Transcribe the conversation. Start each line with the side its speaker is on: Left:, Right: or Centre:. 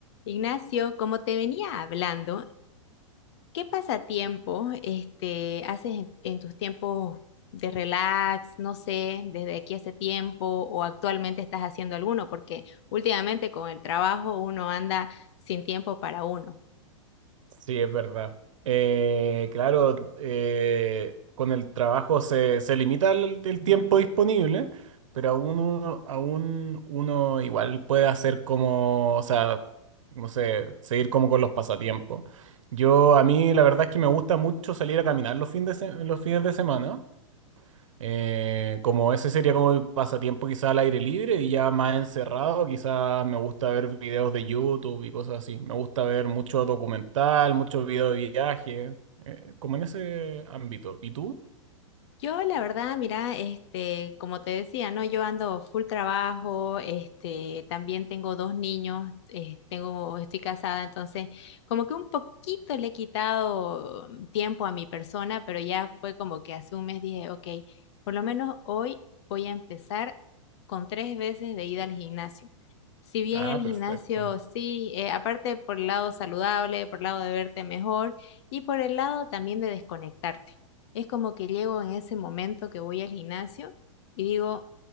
Left: Ignacio, como te venía hablando, ¿qué pasatiempos este, haces en, en tus tiempos de relax? No sé, desde aquí hace tiempo o actualmente estás haciendo alguno, porque últimamente con el trabajo uno anda sin tiempo para uno.
Right: Sí, es verdad. Eh, claro, eh, con el trabajo se, se limita el, el tiempo disponible, pero aún uno, aún uno igual puede hacer como, o sea, no sé, seguir como con los pasatiempos. Yo, a mí la verdad es que me gusta mucho salir a caminar los fines de, se- los fines de semana. Eh, como ese sería como el pasatiempo quizá al aire libre y ya más encerrado, quizás me gusta ver videos de YouTube y cosas así. Me gusta ver mucho documental, muchos videos de viaje, eh, como en ese ámbito. ¿Y tú?
Left: Yo, la verdad, mira, este, como te decía, ¿no? Yo ando full trabajo, este, también tengo dos niños, eh, tengo, estoy casada, entonces como que un poquito le he quitado tiempo a mi persona, pero ya fue como que hace un mes dije, ok, por lo menos hoy voy a empezar con tres veces de ida al gimnasio. Si bien
Right: Ah,
Left: el gimnasio
Right: perfecto.
Left: sí, eh, aparte por el lado saludable, por el lado de verte mejor y por el lado también de desconectarte. Es como que llego en ese momento que voy al gimnasio y digo,